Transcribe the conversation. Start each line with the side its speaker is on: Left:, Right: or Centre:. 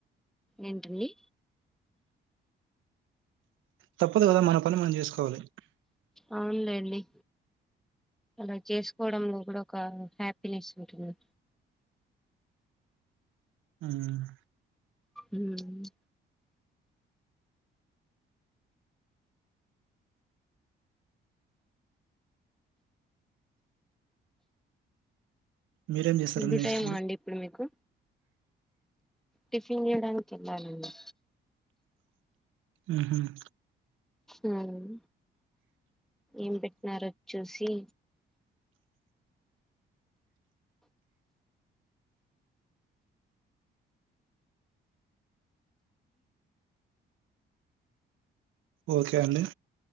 Centre: ఏంటండి
Right: తప్పదు కదా మన పని మనం చేసుకోవాలి
Centre: అవునులేండి. అలా చేసుకోవడంలో కూడా ఒక హ్యాపీనెస్ ఉంటుంది
Right: ఉమ్
Centre: ఉమ్మ్
Right: మీరేం చేస్తారండి
Centre: ఫుడ్
Right: నెక్స్ట్
Centre: టైమా అండి ఇప్పుడు మీకు టిఫిన్ చేయడానికి ఎళ్ళాలండి
Right: మ్మ్ఉమ్మ్
Centre: ఉమ్మ్ ఏం పెట్టినారో చూసి
Right: ఓకే అండి